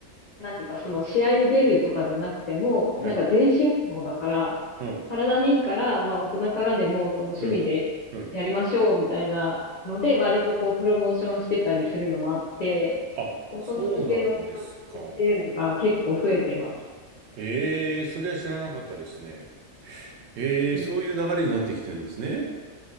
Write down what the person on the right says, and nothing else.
ええ、
うん、
うん、うん。
あ、
そうなんですか。ええ、それは知らなかったですね。ええ、
そういう流れになってきてるんですね。